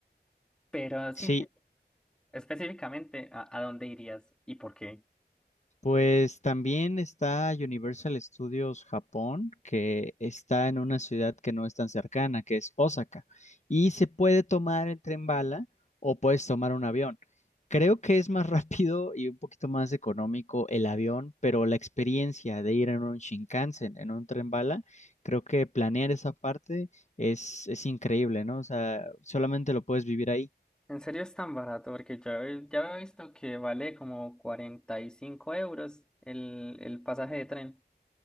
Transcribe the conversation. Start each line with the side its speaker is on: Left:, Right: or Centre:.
Centre: pero sí,
Left: Sí,
Centre: sí, específicamente, ¿a, a dónde irías y por qué?
Left: Pues también está Universal Studios Japón, que está en una ciudad que no es tan cercana, que es Osaka. Y se puede tomar el tren bala o puedes tomar un avión. Creo que es más <laughs> rápido y un poquito más económico el avión, pero la experiencia de ir en un Shinkansen, en un tren bala, creo que planear esa parte es, es increíble, ¿no? O sea, solamente lo puedes vivir ahí.
Centre: En serio es tan barato, porque yo he- ya había visto que vale como 45 euros el, el pasaje de tren.